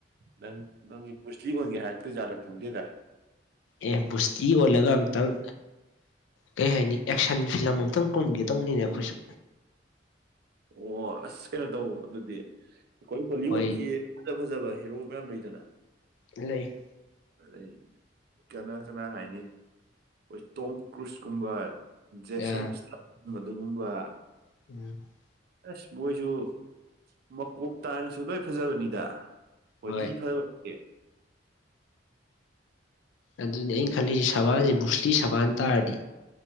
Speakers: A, on the right; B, on the left.
A: ꯅꯪ ꯅꯪꯒꯤ ꯕꯨꯁꯂꯤ ꯑꯣꯟꯒꯦ ꯍꯥꯏꯔꯛꯇꯣꯏꯖꯥꯠꯂ ꯈꯪꯗꯦꯗ
B: ꯑꯦ ꯕꯨꯁꯇꯤ ꯑꯣꯜꯂꯒ ꯑꯝꯇꯪ ꯀꯩ ꯍꯥꯏꯅꯤ ꯑꯦꯛꯁꯟ ꯐꯤꯂꯝ ꯑꯝꯇꯪ ꯀꯨꯝꯒꯦ ꯇꯧꯅꯤꯅꯦ ꯑꯩꯈꯣꯏꯁꯨ
A: ꯑꯣ ꯑꯁ ꯀꯩꯅꯣ ꯇꯧ ꯑꯗꯨꯗꯤ ꯑꯩꯈꯣꯏ ꯍꯣꯂꯤꯋꯨꯠꯀꯤ
B: ꯍꯣꯏ
A: ꯐꯖ ꯐꯖꯕ ꯍꯦꯔꯣ ꯃꯌꯥꯝ ꯂꯩꯗꯅ
B: ꯂꯩ
A: ꯑꯗꯩ ꯀꯅꯥ ꯀꯅꯥ ꯍꯥꯏꯅꯤ ꯑꯣꯏ ꯇꯣꯝ ꯀ꯭ꯔꯨꯁꯀꯨꯝꯕ ꯖꯦꯁꯟ
B: ꯑꯥ
A: ꯏꯁꯂꯝ ꯑꯗꯨꯒꯨꯝꯕ
B: <unintelligible>
A: ꯑꯁ ꯃꯣꯏꯖꯨ ꯃꯀꯣꯛ ꯇꯥꯡꯉꯁꯨ ꯂꯣꯏ ꯐꯖꯕꯅꯤꯗ ꯕꯣꯗꯤ
B: ꯍꯣꯏ
A: ꯐꯕ ꯑꯦ
B: ꯑꯗꯨꯅꯤ ꯑꯩꯅ ꯈꯜꯂꯤꯖꯦ ꯁꯕꯥꯟꯖꯦ ꯕꯨꯨꯁꯂꯤ ꯁꯕꯥꯟ ꯇꯥꯔꯗꯤ